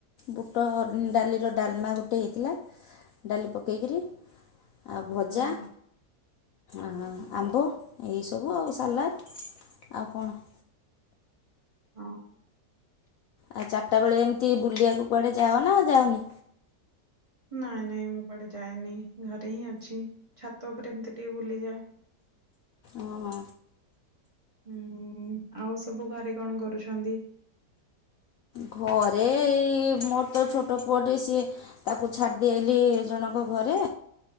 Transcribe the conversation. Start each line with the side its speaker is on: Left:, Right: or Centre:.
Left: ବୁଟ ଡ଼ାଲିର ଡାଲମା ଗୋଟେ ହେଇଥିଲା। ଡ଼ାଲି ପକେଇକିରି ଆଉ ଭଜା।
Right: ହୁଁ।
Left: ଆଁ ଆମ୍ବ ଏଇସବୁ ଆଉ ସାଲାଡ଼ ଆଉ କଣ।
Right: ଅଁ।
Left: ଆ ଚାରିଟା ବେଳେ ଏମିତି ବୁଲିବାକୁ କୁଆଡ଼େ ଯାଅନା ଯାଅନି?
Right: ନାଇଁ ନାଇଁ ମୁଁ କୁଆଡ଼େ ଯାଏନି ଘରେ ହିଁ ଅଛି ଛାତ ଓପରେ ଏମିତି ଟିକେ ବୁଲିଯାଏ।
Left: ଓହୋ।
Right: ଉଁ-ଉଁ, ଆଉ ସବୁ ଘରେ କଣ କରୁଛନ୍ତି?
Left: ଘରେ ଏଇ ମୋର ତ ଛୋଟ ପୁଅଟେ ସିଏ, ତାକୁ ଛାଡ଼ି ଦେଇଆଇଲି ଜଣଙ୍କ ଙ୍କ ଘରେ,